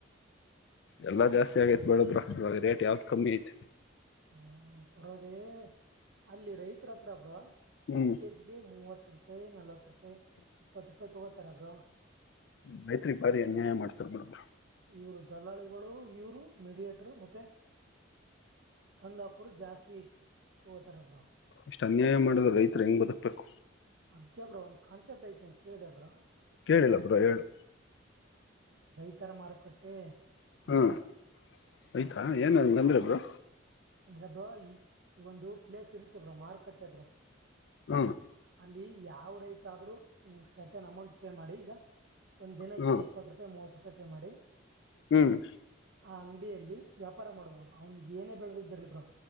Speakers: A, on the left (about 60°); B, on the right (about 60°).
A: ಎಲ್ಲಾ ಜಾಸ್ತಿ ಆಗೈತ್ ಬಿಡು ಬ್ರೋ ಇವಾಗ ರೇಟ್ ಯಾವ್ದ್ ಕಮ್ಮಿ ಐತಿ
B: ಹ್ಮ ಪಡೋದೇ ಅಲ್ಲಿ ರೈತ್ರ್ಹತ್ರ ಬ್ರೋ
A: ಹ್ಮ್
B: ಒಂದು್ ಕೆಜಿಗೆ ಮೂವತ್ ಹತ್ರುಪಾಯಿ ನಲ್ವತ್ರೂಪಾಯಿ ಇಪ್ಪತ್ತು ರೂಪಾಯಿ ತಗೋತಾರೆ ಬ್ರೋ
A: ಮೈತ್ರಿ ಭಾರಿ ಅನ್ಯಾಯ ಮಾಡ್ತಾರ್ ಬಿಡು ಬ್ರೋ
B: ಇವ್ರು ದಲ್ಲಾಳಿಗಳು ಇವ್ರು ಮೀಡಿಯೇಟ್ರು ಮತ್ತೆ ತಂದ್ಹಾಕೋರು ಜಾಸೀಬ್ ತೊಗೊತಾರ್ ಬ್ರೋ
A: ಇಸ್ಟ್ ಅನ್ಯಾಯ ಮಾಡುದು ರೈತೃ ಹೆಂಗ್ ಬದು ಬೇಕು
B: ಅದ್ಕೆ ಬ್ರೋ ಒಂದ್ ಕಾನ್ಸೆಪ್ಟ್ ಐತೆ ಕೇಳಿದ್ಯಾ ಬ್ರೋ
A: ಕೇಳಿಲ್ಲ ಬ್ರೋ ಹೇಳು
B: ಉತ್ತರ ಮಾರುಕಟ್ಟೇ ಅಂತ
A: ಹ್ಮ್ ಆಯ್ತಾ ಏನ್ ಹಂಗಂದ್ರೆ ಬ್ರೋ
B: ಅಂದ್ರೆ ಬ್ರೋ ಈ ಈ ಒಂದು ಪ್ಲೇಸ್ ಇರುತ್ತೆ ಬ್ರೋ ಮಾರುಕಟ್ಟೆ ಬ್ರೋ
A: ಹ್ಮ್
B: ಅಲ್ಲೀ ಯಾವ್ ರೈತಾದ್ರೂ ಸರ್ಟನ್ ಅಮೌಂಟ್ ಪೇ ಮಾಡಿ ಈಗ ಒಂದಿನಕ್ಕೆ
A: ಹ್ಮ್
B: ಇಪ್ಪತ್ತ್ರುಪಾಯಿ ಮೂವತ್ತ್ರು ಫೋನ್ ಪೇ ಮಾಡಿ
A: ಹ್ಮ್
B: ಆ ಅಂಗಡಿಯಲ್ಲಿ ವ್ಯಾಪಾರ ಮಾಡ್ಬೊದು ಅವಂಗೆನೇ ಏನೇ ಬೆಳ್ದಿದ್ ಇರ್ಲಿ ಬ್ರೋ